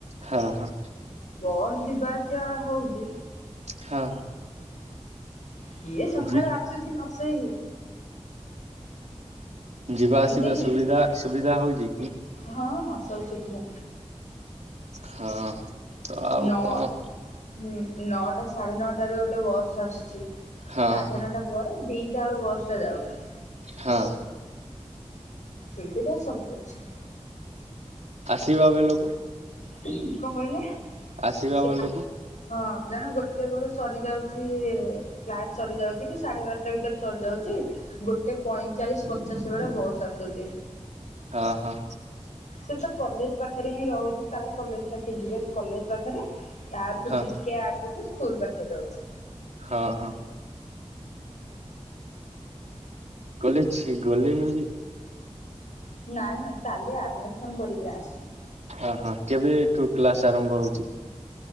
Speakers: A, on the right; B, on the left.
A: ହ, ହଁ।
B: ବସ୍ ଯିବା ଆସିବା ହଉଚି।
A: ହଁ।
B: କିଏ ସଖାଳୁ
A: ଯି
B: ଆସୁଛି ନ ଶୋଇକି?
A: ଯିବା ଆସିବା
B: ମୁଁ ଟିକେ ନି
A: ସୁବିଧା, ସୁବିଧା ହଉଚି!
B: ହଁ, ହଁ, ସବୁ ସୁବିଧା।
A: ହଁ। ତ ଆଉ
B: ନଅ,
A: କଣ
B: ନଅଟା ସାଢେ ନଅଟାରେ ଗୋଟେ ବସ୍ ଆସୁଛି।
A: ହଁ
B: ସାଢେ
A: ହଁ
B: ନଅଟା ପରେ ଦିଟା ଅଳୁ ବସ୍ ଟା ଯାଉଛି।
A: ହଁ।
B: ସୁବିଧା ସବୁ ଅଛି।
A: ଯିବା ବେଲକୁ
B: କଣ କହିଲେ?
A: ଆସିବା
B: ସେ
A: ବଲକୁ
B: ଆ ହଁ, ଜଣେ ଗୋଟେ ବେଳୁ ସରି ଯାଉଚି-ଇ କ୍ଲାସ୍ ସରି ଯାଉଚି କି, ସାଢେ ବାରଟା ଭିତରେ ସରିଯାଉଚି! ଗୋଟେ ପଇଁଚାଳିଶ ପଚାଶ୍ ବେଳେ ବସ୍ ଆସୁଚି।
A: ହଁ, ହଁ।
B: ସେ ପରା କଲେଜ ପାଖରେ ହିଁ ରହୁଛି। ତାର କଲେଜ ଛାକି ଯିବେ କଲେଜ ପାଖେରେ। ତାର୍ ତୁ
A: ହଁ
B: ଟିକେ ଆଗକୁ ସ୍କୁଲ ପାଖେ ରଉଛି।
A: ହଁ, ହଁ। କଲେଜ୍ ଛି ଗଲେଣି କି?
B: ନାଇଁ, ନାଇଁ କାଲି ଆଡ଼୍ ମିସନ୍ କରିକିନା ଆସିଛି।
A: ଓହୋ! କେବେ-ଏ ଠୁ କ୍ଲାସ୍ ଆରମ୍ଭ ହଉଚି?